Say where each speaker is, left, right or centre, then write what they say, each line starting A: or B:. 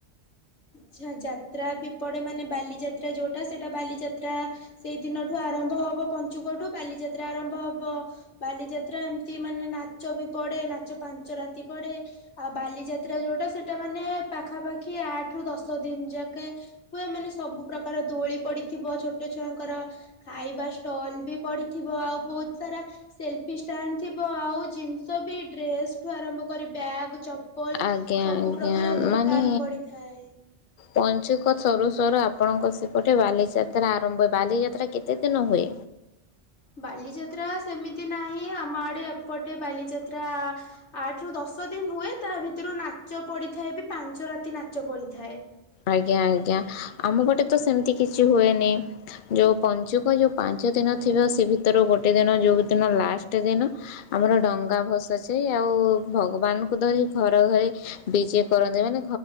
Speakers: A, on the left; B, on the left.
A: ଆଛା ଯାତ୍ରା ବି ପଡେ ମାନେ ବାଲିଯାତ୍ରା ଯୋଉଟା ସେଟା ବାଲିଯାତ୍ରା ସେଇଦିନଠୁ ଆରମ୍ଭ ହବ ପଞ୍ଚୁକଠୁ ବାଲିଯାତ୍ରା ଆରମ୍ଭ ହବ ବାଲିଯାତ୍ରା ଏମିତି ମାନେ ନାଚ ବି ପଡେ ନାଚ ପାଞ୍ଚ ରାତି ପଡେ ଆଉ ବାଲିଯାତ୍ରା ଯୋଉଟା ସେଟା ମାନେ ପାଖାପାଖି ଆଠ ଦଶ ଦିନ ଯାକେ ହୁଏ ମାନେ ସବୁ ପ୍ରକାର ଦୋଳି ପଡିଥିବ ଛୋଟ ଛୁଆଙ୍କର ଖାଇବା ଷ୍ଟଲ ବି ପଡିଥିବ ଆଉ ବହୁତ ସାରା ସେଲଫି ଷ୍ଟାଣ୍ଡ ଥିବ ଆଉ ଜିନିଷ ବି ଡ୍ରେସଠୁ ଆରମ୍ଭ କରି ବ୍ୟାଗ
B: ଆଜ୍ଞା
A: ସବୁ
B: ଆଜ୍ଞା
A: ପ୍ରକାର ଦୋକାନ
B: ମାନେ
A: ପଡିଥାଏ।
B: ପଞ୍ଚୁକ ସରୁ ସରୁ ଆପଣଙ୍କ ସେପଟେ ବାଲିଯାତ୍ରା ଆରମ୍ଭ ହଏ ବାଲିଯାତ୍ରା କେତେ ଦିନ ହୁଏ
A: ବାଲିଯାତ୍ରା ସେମିତି ନାହିଁ ଆମ ଆଡେ ଏପଟେ ବାଲିଯାତ୍ରା ଆଠ ରୁ ଦଶ ଦିନ ହୁଏ ତା ଭିତରୁ ନାଚ ପଡିଥାଏ ବି ପାଞ୍ଚ ରାତି ନାଚ ପଡିଥାଏ।
B: ଆଜ୍ଞା ଆଜ୍ଞା ଆମ ଗଟେ ତ ସେମିତି କିଛି ହୁଏନି ଯୋଉ ପଞ୍ଚୁକ ଯୋଉ ପାଞ୍ଚ ଦିନ ଥିବ ସେ ଭିତରୁ ଗୋଟେ ଦିନ ଯୋଉ ଦିନ ଲାଷ୍ଟ ଦିନ ଆମର ଡଙ୍ଗା ଭସାାଯାଇ ଆଉ ଭଗବାନଙ୍କୁ ଧରି ଘରେ ଘରି ବିଜେ କରନ୍ତି ମାନେ